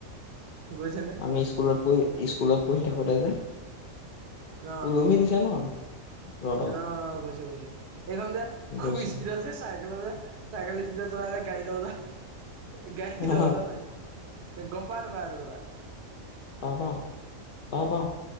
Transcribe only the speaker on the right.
গৈছে নে
অ
অ কৈছে গৈছে এইখন যে খুব
স্পীডতছে চাইকেল যে চাইকেল স্পীড চলাই। গাই দা গাই
দত যে গম পোৱা নাপায় আৰু কথা। <unintelligible>